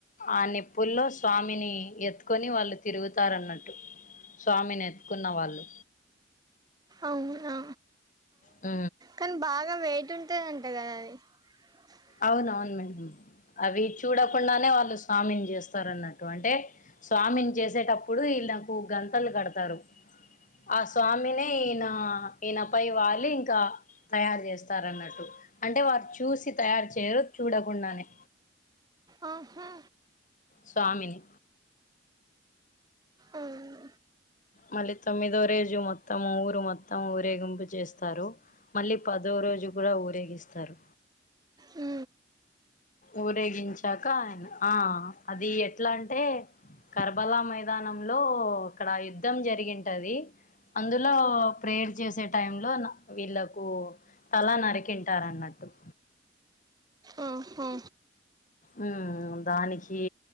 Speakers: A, on the left; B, on the right.
A: ఆ నిప్పుల్లో స్వామిని ఎత్కోని వాళ్ళు తిరుగుతారన్నట్టు స్వామినెత్కున్న వాళ్ళు
B: ఔనా
A: ఉ
B: కనీ బాగా వెయిట్ ఉంటదంట కదా అది <inaudible>
A: ఔనౌను మేడం అవి చూడకుండానే వాళ్ళు స్వామింజేస్తారు అన్నట్టు అంటే స్వామింజేసేటప్పుడు ఈళ్ళకు గంతలు గడ్తరూ ఆ స్వామినే ఈయన ఈయనపై వాళ్ళి ఇంకా తయారు చేస్తార అన్నట్టు అంటే వారు చూసి తయారు చేయరు చూడకుండానే
B: ఆహా
A: స్వామిని
B: అవును.
A: మళ్ళీ తొమ్మిదో రేజు మొత్తమూ ఊరు మొత్తము ఊరేగింపు జేస్తారు మళ్ళీ పదో రోజు కూడా ఊరేగిస్తారు
B: ఉ
A: ఊరేగించాక ఆయన ఆ అది ఎట్లా అంటే కర్బలా మైదానంలో అక్కడ యుద్ధం జరిగింటది అందులో ప్రేయర్ చేసే టైంలో న వీళ్ళకు తలా నరికింటార అన్నట్ ఓ
B: ఆహా
A: ఉమ్మ్ దానికి